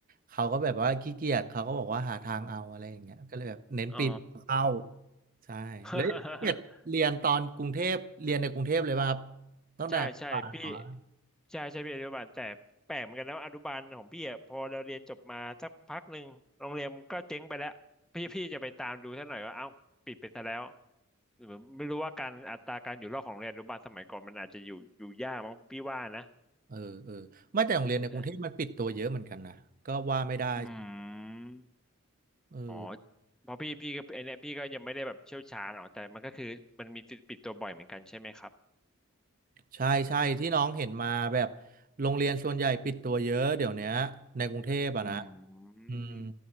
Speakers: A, on the right (about 40°); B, in the centre.
A: เขาก็แบบว่าขี้เกียจเขาก็บอกว่าหาทางเอาอะไรอย่างเงี้ยก็เลยแบบเน้นปีนเข้า
B: อ๋อ
A: ใช่แล้วเรียนเรียนตอนกรุงเทพเรียนในกรุงเทพเลยป่ะครับ
B: <laughs>
A: ตั้งแต่ปา
B: ใช่ใช่พี่
A: น
B: ใช่ใช่พี่อนุบาลแต่แปลกเหมือนกันนะว่าอนุบาลของพี่อะพอเราเรียนจบมาสักพักหนึ่งโรงเรียนก็เจ๊งไปแล้วพี่พี่จะไปตามดูซะหน่อยว่าเอ้าปิดไปซะแล้วหรือไม่รู้ว่าการอัตราการอยู่รอดของโรงเรียนอนุบาลสมัยก่อนมันอาจจะอยู่อยู่ยากมั้งพี่ว่านะ
A: เออเออไม่แต่โรงเรียนในกรุงเทพมันปิดตัวเยอะเหมือนกันนะก็ว่าไม่ได้
B: ใช่อืม
A: เออ
B: อ๋อเพราะพี่พี่ก็ไอเนี้ยพี่ก็ยังไม่ได้แบบเชี่ยวชาญหรอกแต่มันก็คือมันมีปิดตัวบ่อยเหมือนกันใช่ไหมครับ
A: ใช่ใช่ที่น้องเห็นมาแบบโรงเรียนส่วนใหญ่ปิดตัวเยอะเดี๋ยวเนี้ยในกรุงเทพอะนะ
B: อืม
A: อืม